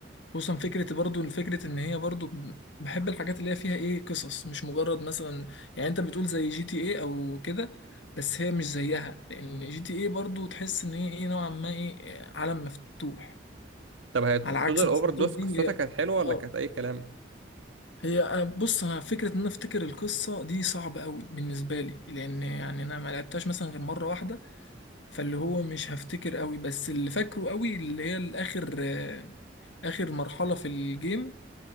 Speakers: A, on the left; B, on the right.
A: خصوصا فكره برضو فكره ان هي برضو ب- بحب الحاجات اللي هي فيها ايه قصص مش مجرد مثلا يعني انت بتقول زي جي تي ايه او كده بس هي مش زيها لان جي تي ايه برضو تحس ان هي ايه نوعا ما ايه عالم مفتوح
B: <laughs> طب هي توتال
A: على عكس
B: اوفر
A: مثلا
B: دوس
A: توت دي
B: قصتها
A: هي
B: كانت حلوة ولا
A: اه
B: كانت أي كلام؟
A: هي آه، بص انا فكره ان انا افتكر القصه دي صعبه قوي بالنسبه لي لان يعني انا ما لعبتهاش مثلا غير مره واحده فاللي هو مش هفتكر قوي بس اللي فاكره قوي اللي هي الاخر آه، اخر مرحلة في الجيم